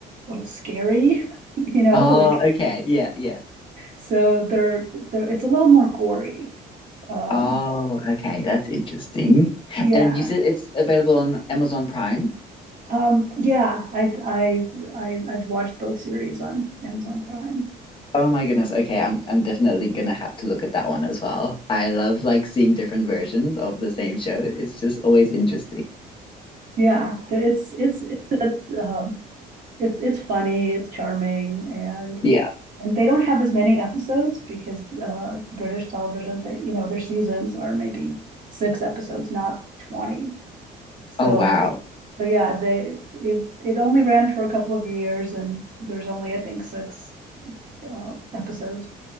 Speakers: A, on the right (about 50°); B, on the left (about 30°).
A: little scary, <laughs> you know,
B: Oh,
A: like
B: okay. Yeah. Yeah.
A: so they're they're it's a little more gory. Um,
B: Oh, okay. That's interesting.
A: yeah,
B: And you said it's available on Amazon Prime?
A: Um, yeah, I, I, I, I've watched both series on Amazon Prime.
B: Oh my goodness. Okay. I'm I'm definitely gonna have to look at that one as well. I love like seeing different versions of the same show. It's just always interesting.
A: Yeah, it's, it's, it's a, um, it, it's funny, it's charming, and
B: Yeah.
A: and they don't have as many episodes because uh, British television, they, you know, their seasons are maybe six episodes, not twenty. So,
B: Oh, wow.
A: so yeah, they it it only ran for a couple of years, and there's only I think six uh, episodes